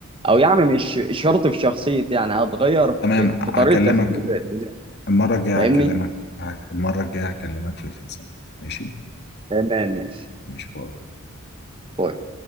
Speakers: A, on the right; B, on the left.
A: او يعني مش شرط في شخصيتي يعني هتغير
B: تمام
A: في, في
B: هكلمك
A: طريقه تفكيري
B: المرة الجاية
A: فاهمني
B: هكلمك هك- المرة الجاية هكلمك في الفلسفة ماشي
A: تمام ماشي
B: ماشي باي
A: باي